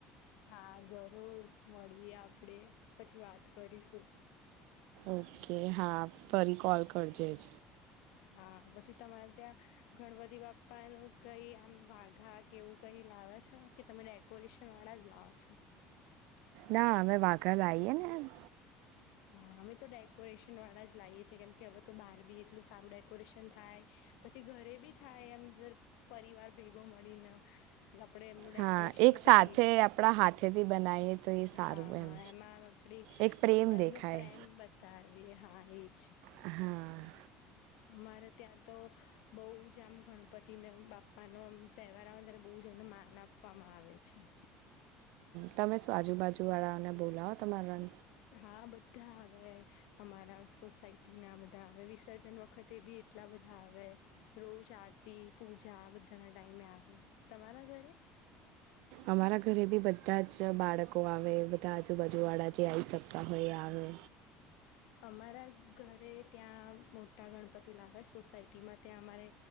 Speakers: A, on the left; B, on the right.
A: હા જરૂર મળીએ આપડે પછી વાત કરીશું
B: ઓકે હા ફરી કોલ કરજે જ
A: હા પછી તમારે ત્યાં ગણપતિ બાપ્પા નું કઈ આમ વાઘા કેવું કઈ લાવે છે કે તમે ડેકોરેશન વાળા જ લાવો છો
B: ના અમે વાઘા લાઈએે ને એમ.
A: હા અમે તો ડેકોરેશન વાળા જ લાઈએ છીએ કેમ કે હવે તો બહાર બી એટલું સારું ડેકોરેશન થાય પછી ઘરે બી થાય એમ પરિવાર ભેગો મળીને આપડે એમનું
B: હા
A: ડેકોરેશન
B: એક સાથે
A: કરીએ
B: આપણા હાથેથી બનાવીએ તો એ સારું
A: હા
B: એમ
A: એમાં આપડી
B: એક પ્રેમ
A: આપડો એમનો
B: દેખાય
A: પ્રેમ બતાવીએ હા એજ
B: હા
A: અમારે ત્યાં તો બઉ જ આમ ગણપતિ બાપ્પાનો તહેવાર આવે ત્યારે બઉ જ એમને માન આપવામાં આવે છે. <inaudible>
B: તમે શું આજુબાજુવાળાઓને બોલાવો તમારા
A: હા બધા આવે અમારા સોસાયટી ના બધા આવે વિ સર્જન વખતે બી એટલા બધા આવે રોજ આરતી પૂજા આ બધાના ટાઈમે આવે તમારા ઘરે
B: અમારા ઘરે બી બધા જ બાળકો આવે બધા આજુબાજુ વાળા જે આવી શકતા હોય એ આવે.
A: <inaudible> અમારા ઘરે ત્યાં મોટા ગણપતિ લાવે સોસાયટીમાં ત્યાં અમારે